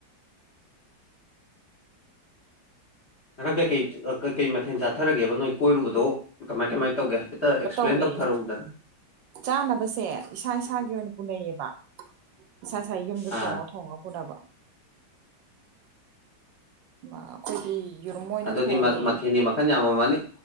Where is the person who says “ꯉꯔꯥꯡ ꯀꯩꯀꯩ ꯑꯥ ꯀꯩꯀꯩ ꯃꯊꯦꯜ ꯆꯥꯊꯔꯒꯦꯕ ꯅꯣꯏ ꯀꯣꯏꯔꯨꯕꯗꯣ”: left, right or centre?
Left